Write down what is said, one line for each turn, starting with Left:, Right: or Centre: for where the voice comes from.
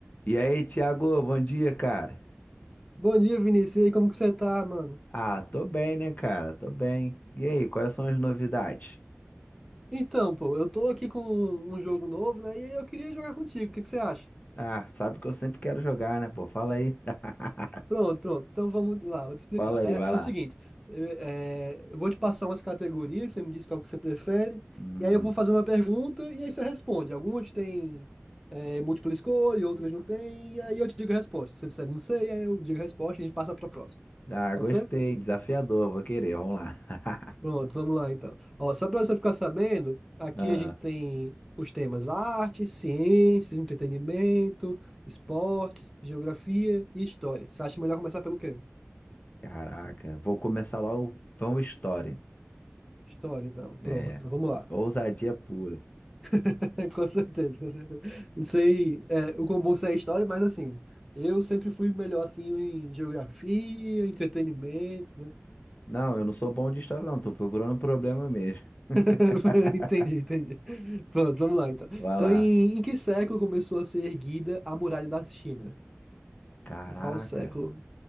Left: E aí, Thiago, bom dia, cara.
Centre: Bom dia, Vinícius. E aí, como que você tá, mano?
Left: Ah, tô bem, né, cara? Tô bem. E aí, quais são as novidades?
Centre: Então, pô, eu tô aqui com um jogo novo, né? E aí eu queria jogar contigo. O que que você acha?
Left: Ah, sabe que eu sempre quero jogar, né, pô? Fala aí. <laughs>
Centre: Pronto, pronto. Então vamos lá, vou te explicar.
Left: Fala aí,
Centre: É,
Left: vai
Centre: é
Left: lá.
Centre: o seguinte, é- é, eu vou te passar umas categorias, você me diz qual que você prefere,
Left: Hum.
Centre: e aí eu vou fazer uma pergunta e aí você responde. Algumas têm é, múltipla escolha, outras não têm, e aí eu te digo a resposta. Se você disser não sei, aí eu digo a resposta e a gente passa pra próxima.
Left: Ah,
Centre: Pode
Left: gostei,
Centre: ser?
Left: desafiador, vou querer, vamos lá. <laughs>
Centre: Pronto, vamos lá então. Ó, só para você ficar sabendo, aqui
Left: Ah,
Centre: a gente tem os temas arte, ciências, entretenimento, esportes, geografia e história. Você acha melhor começar pelo quê?
Left: caraca, vou começar lá o Vão História.
Centre: História, então. Pronto,
Left: É,
Centre: vamos lá.
Left: ousadia pura.
Centre: <laughs> Com certeza, com certeza. Não sei, é, o quão bom você é em história, mas assim, eu sempre fui melhor assim em geografia, entretenimento, né?
Left: Não, eu não sou bom de história, não, tô procurando um problema mesmo. <laughs>
Centre: <laughs> Entendi, entendi. Pronto, vamos lá então. Então,
Left: Vai lá.
Centre: em, em que século começou a ser erguida a Muralha da China?
Left: Caraca.
Centre: Em qual século?